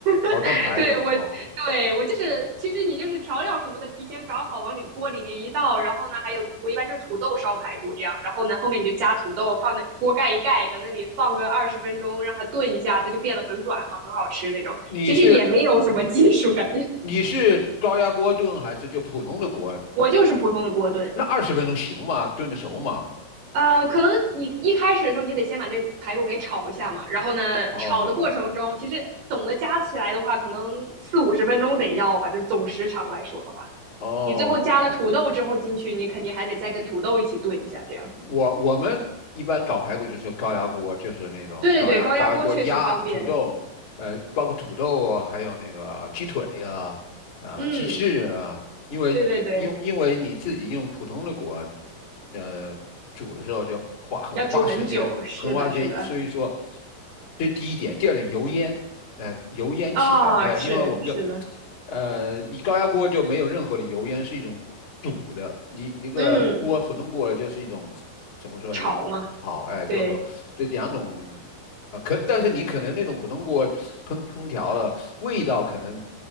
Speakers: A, on the right; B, on the left.
A: <laughs>
B: 哦，炖排骨哦。
A: 对，我对我就是，其实你就是调料什么的提前搞好，往里锅里面一倒，然后呢，还有我一般就是土豆烧排骨这样，然后呢后面你就加土豆，放那锅盖一盖，搁那里放个二十分钟，让它炖一下，它就变得很软嘛，很好吃那种。
B: 你是
A: 其实也没有什么技术，感觉
B: 你是高压锅炖还是就普通的锅？
A: 我就是普通的锅炖。
B: 那二十分钟行吗？炖得熟吗？
A: 呃，可能你一开始的时候，你得先把那个排骨给炒一下嘛。然后呢，
B: 哦
A: 炒的过程中，其实总的加起来的话，可能四五十分钟得要吧，就总时长来说的话。
B: 哦
A: 你最后加了土豆之后进去，你肯定还得再跟土豆一起炖一下，这样。
B: 我我们一般搞排骨就是用高压锅，就是那种高压高压锅压土豆，
A: 对对对，高压锅确实方便。
B: 呃，包括土豆啊还有那个鸡腿呀，啊、
A: 嗯，
B: 鸡翅啊，因为因因为你自己用普通的锅，
A: 对对对，
B: 呃，煮的时候就花很花时间，
A: 要煮很久。是的，
B: 很花时间，
A: 是的，
B: 所以说这第一点，第二点油烟，呃，油烟起来，
A: 啊、
B: 呃，
A: 是是的，
B: 因为我们这。呃，你高压锅就没有任何的油烟，是一种堵的。你那个锅，
A: 嗯，
B: 普通锅了，就是一种怎么说，
A: 炒嘛，
B: 一种好，哎，
A: 对，
B: 就是说这两种啊、可但是你可能那种普通锅烹烹调的味道可能